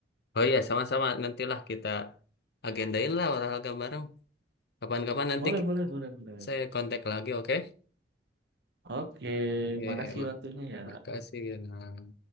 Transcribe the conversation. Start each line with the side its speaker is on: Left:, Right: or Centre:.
Left: oh iya, sama-sama. Nantilah kita agendain lah olahraga bareng. Kapan-kapan nanti
Right: Boleh,
Left: ki-
Right: boleh, boleh, boleh.
Left: saya kontak lagi, oke?
Right: Oke,
Left: Oke,
Right: makasih
Left: mak-
Right: waktunya ya.
Left: makasih. Gina.